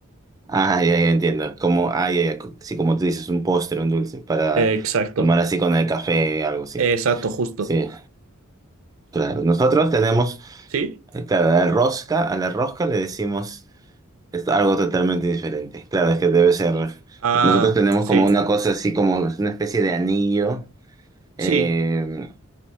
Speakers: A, on the right; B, on the right.
A: Ah, ya, ya entiendo. Como, ah, ya, ya. cu- Sí, como tú dices, un postre, un dulce para
B: Eh, exacto,
A: tomar así con el café, algo así.
B: exacto, justo.
A: Sí, claro. Nosotros tenemos,
B: ¿Sí?
A: eh, claro, la rosca, a la rosca le decimos es algo totalmente diferente. Claro, es que debe ser.
B: Ah,
A: Nosotros tenemos
B: sí,
A: como una cosa así, como una especie de anillo.
B: sí,
A: eh,